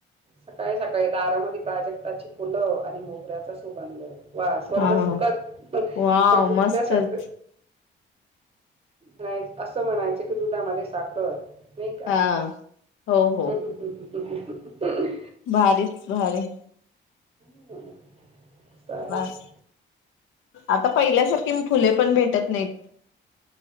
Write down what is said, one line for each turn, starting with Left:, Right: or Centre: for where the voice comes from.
Right: सकाळी सकाळी, दारामध्ये प्राजक्ताची फुलं आणि मोगऱ्याचा सुगंध वा... स्वर्ग
Left: हा हा
Right: सुखच,
Left: वाव
Right: हं... दुग्ध
Left: मस्तच
Right: शक न्हाई... असं म्हणायचं की दुधामध्ये साखर नई का?
Left: हा हो हो
Right: हुंहुं... हुंहुं... हुंहुं... हुंहुं... हुं.
Left: भारीच भारी
Right: हुं <unintelligible>
Left: बस आता पहिल्यासारखी फुले पण भेटत न्हईत.